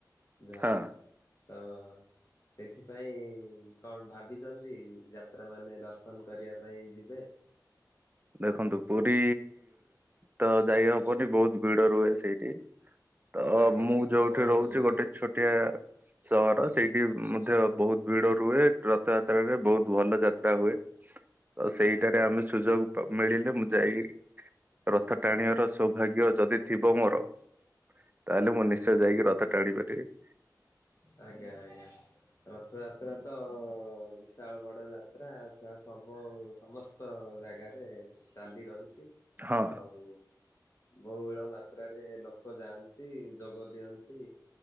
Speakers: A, on the left; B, on the right.
A: ଯାହାକି
B: ହଁ।
A: ହଁ। ସେଥିପାଇଁ କଣ ଭାବିଛନ୍ତି ଯାତ୍ରା ମାନେ ଦର୍ଶନ କରିବା ପାଇଁ ଯିବେ।
B: ଦେଖନ୍ତୁ ପୁରୀ ତ ଯାଇହବନି ବହୁତ ଭିଡ ରୁହେ ସେଇଠି। ତ
A: ଆଜ୍ଞା
B: ମୁଁ
A: ଆଜ୍ଞା
B: ଯୋଉଠି
A: ବହୁତ
B: ରହୁଛି
A: ମାତ୍ରା
B: ଗୋଟେ ଛୋଟିଆ ସହର ସେଇଠି ମଧ୍ୟ ବହୁତ ଭିଡ ରୁହେ ରଥଯାତ୍ରାୁ ବହୁତ ଭଲ ଯାତ୍ରା ହୁଏ।
A: ହୁଁ
B: ଆଉ ସେଇଟାରେ ଆମେ ସୁଯୋଗ ମିଳିଲେ ମୁଁ ଯାଇ ରଥ ଟାଣିବାର ସୌଭାଗ୍ୟ ଯଦି ଥିବ ମୋର। ତାହେଲେ ମୁଁ ନିଶ୍ଚୟ ଯାଇକି ରଥ ଟାଣିପାରିବି। <inaudible>
A: ଆଜ୍ଞା ଆଜ୍ଞା। ରଥଯାତ୍ରା ତ ବିଶାଳ ବଡ଼ ଯାତ୍ରା ସେ ସବୁ ସମସ୍ତ ଜାଗାରେ ଚାଲି ରହିଛି।
B: ହଁ
A: ଆଉ ବହୁଳ ମାତ୍ରାରେ ଲୋକ ଯାଆନ୍ତି ଯୋଗ ଦିଅ ତି